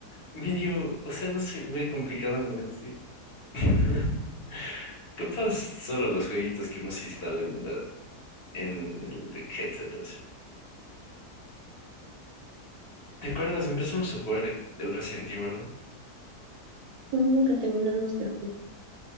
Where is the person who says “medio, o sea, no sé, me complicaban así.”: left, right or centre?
Left